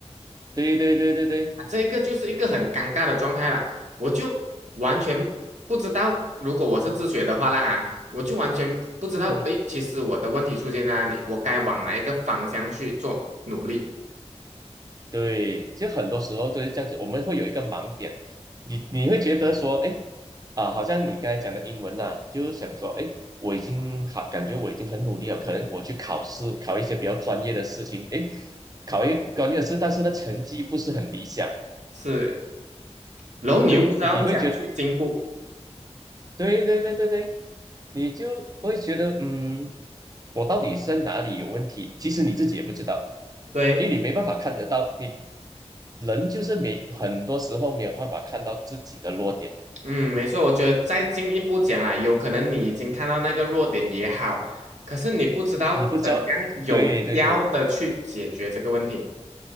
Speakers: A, on the right; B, on the right.
A: 对对对对对，
B: 啊，这个就是一个很尴尬的状态啦。我就完全不知道，如果我是自学的话啦哈，我就完全不知道，
A: 嗯。
B: 诶，其实我的问题出现在哪里，我该往哪一个方向去做努力
A: 对，就很多时候都是这样子，我们会有一个盲点，你你会觉得说，哎，啊，好像你刚才讲的英文呐、就是想说，哎，我已经好，感觉我已经很努力了，可能我去考试，考一些比较专业的事情，哎，考一专业的事，但是呢，成绩不是很理想，
B: 是，然后你又不知道讲去进步，
A: 就你会觉得，对对对对对，你就会觉得，嗯，我到底是在哪里有问题？其实你自己也不知道，
B: 对。
A: 因为你没办法看得到，你人就是没很多时候没有办法看到自己的弱点，
B: 嗯，没错，我觉得再进一步讲啦，有可能你已经看到那个弱点也好，可是你不知道怎样有效的去解决这个问题。
A: 你不知道，对对对，